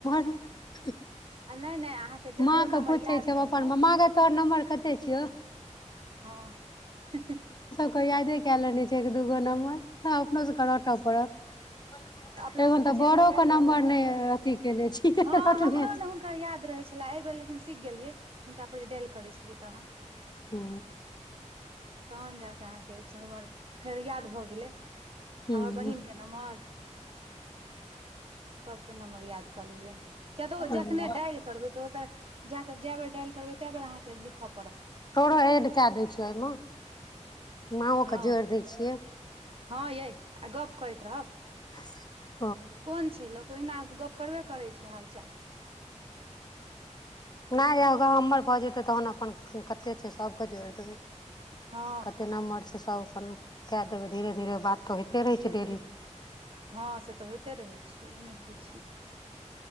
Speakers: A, on the left; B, on the right.
A: <unintelligible>
B: आ नहि नहि अहाँके जकरो
A: माँ के
B: नम्बर
A: पूछै
B: याद
A: छै
B: नहि
A: अपन
B: रहल
A: माँ गे तोहर नम्बर कते छियौ
B: हँ
A: को यादे कए लेने छै दूगो नम्बर अपनो सभके रटय पड़त
B: अपना
A: एखन
B: सबके
A: तऽ
B: जय
A: बड़ो
B: बेर डाइल
A: के नम्बर
B: करबै त
A: नहि अथी केने छी रटने
B: हँ हमरो
A: छी
B: नइ हुनकर याद रहै छै छलै एहि बेर लेकिन सीख गेलियै हुनका पर जे डाइल करै छलियै तहन
A: हू
B: तहन जा कऽ अहाँके से सर्वर फेर याद भऽ गेलै
A: हूँ
B: हमर बहिन के नम्बर सबके नम्मर याद क ललिये किया तऽ ओ
A: हूँ
B: जखने डालि करबै तऽ ओत जयके जै बेर डाइल करबै तै बेर अहाँके लिखअ
A: तोरो ऐड कए दै छियै एइ मे माँओ
B: हँ
A: के जोइर दै छियै
B: हँ यै आ गप्प करैत रहब
A: <inaudible>
B: कोन छै लोक ओहिना गप्प करबे करै छै हाल चाल
A: न
B: की
A: यै हमर भऽ जे तहन अपन कते छै सबकेँ जोड़ि देबै
B: हँ
A: कते नम्बर छै सब अपन कएै देबै धीरे धीरे बात तऽ होइते रहै
B: धीरे
A: छै डेली
B: धीरे
A: हूँ
B: हँ से तऽ होइते रहै छै ओहिमे की छै